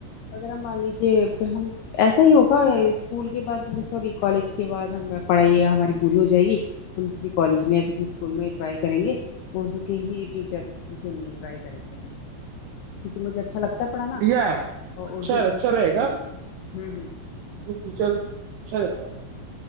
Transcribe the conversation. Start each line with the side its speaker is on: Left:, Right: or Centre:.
Left: اگر ہم مان لیجیے پھر ہم ایسا ہی ہوگا اسکول کے بعد سوری کالج کے بعد ہم پڑھائی ہماری پوری ہو جائے گی تم کسی کالج میں یا کسی اسکول میں ٹرائی کریں گے اردو کے ہی ٹیچر کے لیے ٹرائی کریں گے ہم کیونکہ مجھے اچھا لگتا پڑھانا
Right: بڑھیا ہے
Left: اور
Right: اچھا
Left: اردو
Right: اچھا رہے گا
Left: تو ہوں ہوں ہ <unintelligible>
Right: ٹیچر اچھا رہتا ہے <unintelligible>